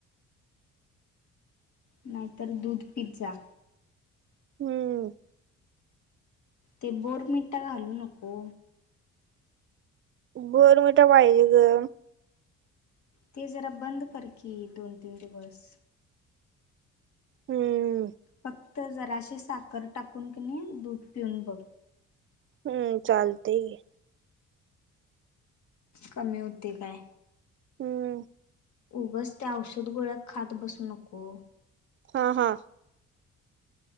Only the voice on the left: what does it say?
नाहीतर दूध पित जा.
ते बोरमिटा घालू नको.
ते जरा बंद कर की दोन तीन दिवस.
फक्त जराशी साखर टाकून दूध पिऊन बघ.
कमी होते काय?
उगच त्या औषध गोळ्या खात बसू नको.